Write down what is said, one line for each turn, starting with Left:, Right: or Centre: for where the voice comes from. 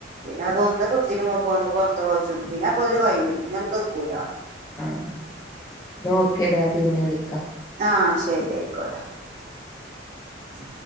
Right: പിന്നെ അതൊന്ന് പിടിച്ചിട്ട് മോക്കും ഒന്ന് പുറത്ത് പോച്ചും പിന്നെ അപ്പൊല് കഴിയും ഇന ഒന്ന് നോക്കൂല
Left: ആഹ ഓക്കേ ഡാ പിന്നെ വിളിക്കാം
Right: ആഹ ശരി അയിക്കോട്ടെ അ